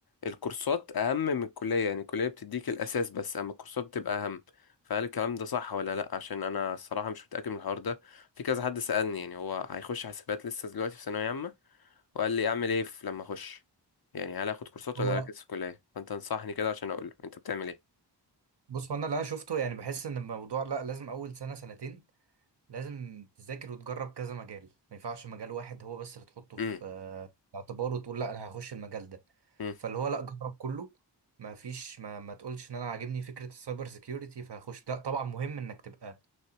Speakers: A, on the left; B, on the right.
A: الكورسات اهم من الكلية يعني الكلية بتديك الاساس بس اما الكورسات بتبقى اهم فهل الكلام ده صح ولا لا عشان انا الصراحة مش متأكد من الحوار ده في كذا حد سألني يعني هو هيخش حاسبات لسه دلوقتي في ثانوية عامة وقال لي اعمل ايه في- لما اخش يعني هل اخد كورسات
B: هو
A: ولا مم. اركز في الكليه فانت انصحني كده عشان اقول له انت بتعمل ايه
B: بص هو انا اللي انا شفته يعني بحس ان الموضوع لا لازم اول سنه سنتين لازم تذاكر وتجرب كذا مجال ما ينفعش مجال واحد هو بس اللي تحطه في
A: امم
B: آه، الاعتبار وتقول لا انا هخش المجال ده
A: امم
B: فاللي هو لا جرب كله ما فيش ما, ما تقولش ان انا عاجبني فكره السايبر سيكيورتي فهخش لا طبعا مهم انك تبقى